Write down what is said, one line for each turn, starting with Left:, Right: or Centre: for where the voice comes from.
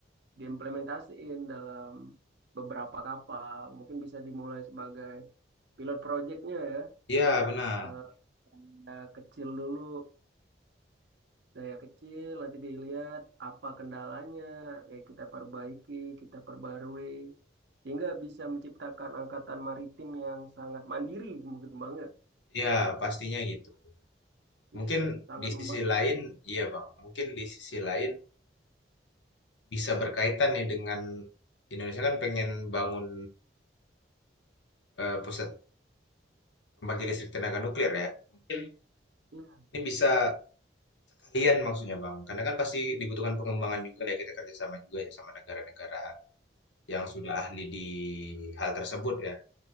Right: diimplementasiin dalam beberapa kapal, mungkin bisa dimulai sebagai pilot projectnya ya,
Left: ya benar.
Right: Eh, daya kecil dulu, daya kecil, nanti dilihat apa kendalanya, ya kita perbaiki, kita perbarui, sehingga bisa menciptakan angkatan maritim yang sangat mandiri, mungkin banget,
Left: Ya, pastinya gitu. Mungkin
Right: Iya, sangat
Left: di
Right: membantu.
Left: sisi lain, iya Bang. Mungkin di sisi lain bisa berkaitan nih dengan Indonesia kan pengen bangun eh, pusat pembangkit listrik tenaga nuklir ya. Mungkin
Right: Iya.
Left: ini bisa Sekalian maksudnya Bang, karena kan pasti dibutuhkan pengembangan juga ya kita kerjasama juga ya sama negara-negara yang sudah ahli di hal tersebut ya.